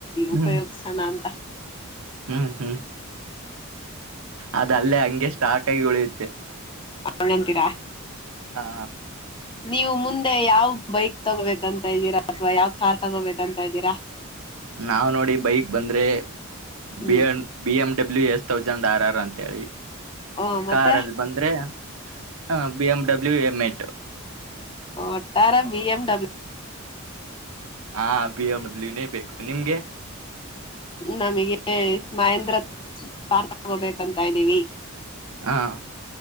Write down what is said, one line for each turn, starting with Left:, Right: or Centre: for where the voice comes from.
Left: ಉಪಯೋಗಸಣ
Right: ಹ್ಮ್
Left: ಅಂತ.
Right: ಹ್ಮ್ ಹ್ಮ್ ಅದ ಅಲ್ಲೇ ಹಂಗೆ ಸ್ಟಾಕ್ ಆಗಿ ಉಳಿಯುತ್ತೆ.
Left: ಅವಣಂತೀರಾ
Right: ಹಾ
Left: ನೀವು ಮುಂದೆ ಯಾವ್ ಬೈಕ್ ತಗೋಬೇಕಂತ ಇದ್ದೀರಾ ಅಥವಾ ಯಾವ್ ಕಾರ್ ತಗೋಬೇಕಂತ ಇದ್ದೀರಾ.
Right: ನಾವ್ ನೋಡಿ ಬೈಕ್ ಬಂದ್ರೆ
Left: ಹ್ಮ್
Right: ಬಿ M B M W S ತವ್ ಆರಾರ್ ಅಂತೇಳಿ
Left: ಓ ಮತ್ತೆ
Right: ಕಾರಲ್ಲಿ ಬಂದ್ರೆ ಹ B M dub W M ಎಟ್
Left: ಒಟ್ಟಾರ ಬಿ ಎಂ ಡಬ್ಲ್ಯ
Right: ಹಾಬಿ ಎಂ ಡಬ್ಲ್ಯನೇ ಬೇಕು ನಿಮ್ಗೆ
Left: ನಮಗೆ ಮಹೇಂದ್ರ ತಾರ್ ತಗೋಬೇಕಂತ ಇದ್ದೀವಿ
Right: ಹಾ